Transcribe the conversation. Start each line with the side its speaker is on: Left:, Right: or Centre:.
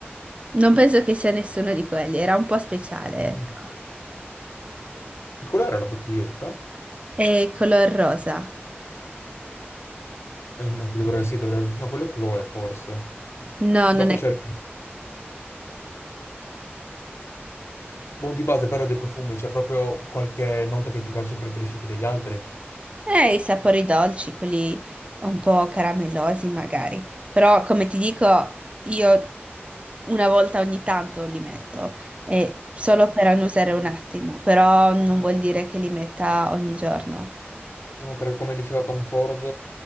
Right: Non penso che sia nessuno di quelli. Era un po' speciale,
Left: Mm.
Right: ecco.
Left: Che quella era la bottiglietta?
Right: E color rosa.
Left: Eh, ma che dovrebbe, sì, dovrebbe... No, quello è Chloe, forse.
Right: No,
Left: Dopo
Right: non è...
Left: c'è... Buon di base, però dei profumi, c'è proprio qualche nota che ti piace e preferisci più degli altri?
Right: Eh, i sapori dolci, quelli un po' caramellosi magari. Però, come ti dico, io una volta ogni tanto li metto. E solo per annusare un attimo. Però non vuol dire che li metta ogni giorno.
Left: No, perché come diceva Tom Ford,